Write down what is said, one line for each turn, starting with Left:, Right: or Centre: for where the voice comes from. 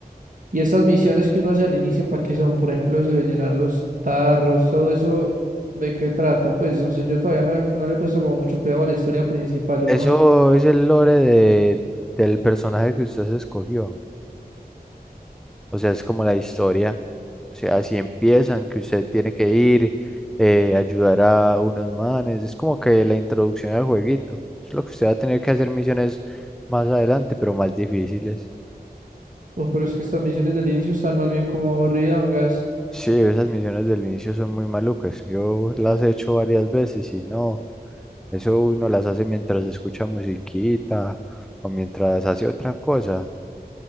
Right: Y estas misiones que uno hace al inicio, ¿para qué son? Por ejemplo, eso de llenar los tarros, todo eso, ¿de qué trata? Pues, o sea, yo todavía no, he- no le he puesto como mucho cuidado a la historia principal, uno...
Centre: Eso es el lore de, del personaje que usted se escogió. O sea, es como la historia. O sea, así empiezan, que usted tiene que ir, eh, ayudar a unos manes. Es como que la introducción al jueguito. Es lo que usted va a tener que hacer misiones más adelante, pero más difíciles.
Right: Oh, pero es que estas misiones del inicio están más bien como aburridongas.
Centre: Sí, esas misiones del inicio son muy malucas. Yo las he hecho varias veces y no, eso uno las hace mientras escucha musiquita o mientras hace otra cosa,